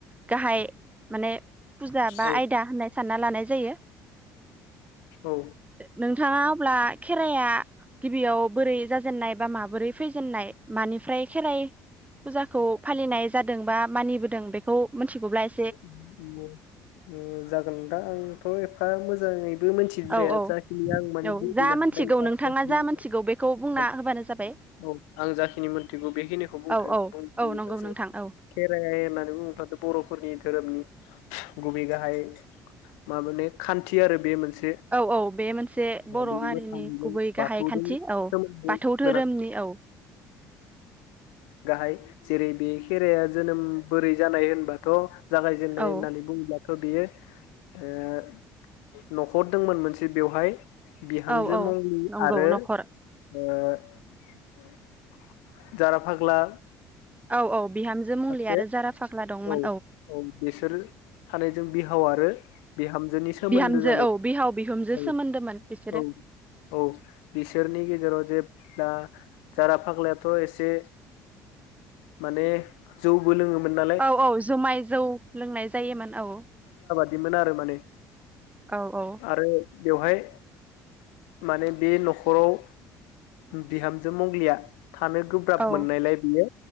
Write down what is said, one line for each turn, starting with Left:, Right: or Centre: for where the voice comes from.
Right: गाहाय माने पुजा बा
Left: औ
Right: आयदा होनाय सानना लानाय जायो
Left: औ ओ
Right: नोंथाङा अब्ला खेराइया गिबियाव बोरै जाजेननाय बा माबोरै फैजेननाय मानिफ्राय खेराइ फुजाखौ फालिनाय जादों बा मानिबोदों बेखौ मिथिगौब्ला ए
Left: उम्म उम्म ओ जागोन दा आंथ' एफा मोजाङै बो मिथिद्राया
Right: औ औ
Left: जाखिनि आं माने
Right: औ
Left: बुजिनो
Right: जा
Left: हादों
Right: मोनथिगौ नोंथाङा जा
Left: <unintelligible>
Right: मोनथिगौ बेखौ बुंना होबानो जाबाय
Left: औ आं जाखिनि मोनथिगौ बेखिनिखौ बुंथो
Right: औ
Left: <unintelligible>
Right: औ औ नंगौ नोंथां औ
Left: खेराइ होननानै बुंब्ला बर'फो <inaudible> धोरोमनि गुबै गाहाय माबोने खान्थि आरो बे मोनसे।
Right: औ औ बे मोनसे बर
Left: बे
Right: हारिनि
Left: मोसानायजों
Right: गुबै
Left: बाथौजों
Right: गाहाय खान्थि औ
Left: सोमोन्दो
Right: बाथौ धोरोमनि
Left: गोनां
Right: औ
Left: गाहाय जेरै बे खेरायया जोनोम बोरै जानाय होनबाथ जागायजेननाय
Right: औ
Left: होननानै बुङोब्ला थ बियो ओ नखरदोंमोन मोनसे बेवहाय बिहामजो
Right: औ औ
Left: मंलि
Right: नंगौ
Left: आरो ओ
Right: न'खर
Left: अम जारा फाग्ला
Right: औ औ बिहामजो मंग्लि
Left: सासे
Right: आरो जारा फाग्ला दंमोन
Left: औ औ बिसोर सानैजों बिहाव आरो बिहामजोनि सोमोन्दो
Right: बिहामजो
Left: जानाय
Right: औ बिहाव बिहुमजो
Left: औ
Right: सोमोन्दोमोन बिसोरो
Left: औ औ बिसोरनि गेजेराव जे दा जारा फाग्लायाथ एसे माने जौबो लोंङोमोन ना
Right: औ औ जुमाय जौ लोंनाय जायोमोन औ
Left: बिमोन आरो माने
Right: औ औ
Left: आरो बेवहाय माने बे न'खराव बिहामजो मग्लिया थानो गोब्राब
Right: औ
Left: मोननायलाय बियो